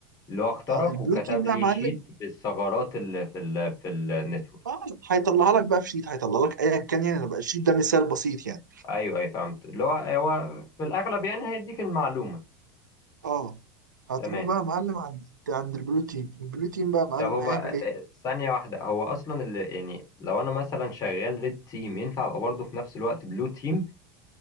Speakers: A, on the left; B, on the right.
A: اللي هو اخترق
B: اه البلو
A: وكتب
B: تيم بقى
A: لي
B: يا معلم
A: شيت بالثغرات اللي في ال في النتورك
B: اه هيطلعها لك بقى في شيت هيطلع لك ايا كان يعني أنا بقى الشيت ده مثال بسيط يعني
A: ايوه ايوه فهمت اللي هو هو في الاغلب يعني هيديك المعلومه
B: اه هتروح
A: تمام
B: بقى يا معلم عند عند البلو تيم البلو تيم بقى يا معلم
A: طب هو
B: هيعمل
A: آه،
B: ايه
A: آه، ثانيه واحده هو اصلا اللي يعني لو انا مثلا شغال ريد تيم ينفع ابقى برضه في نفس الوقت بلو تيم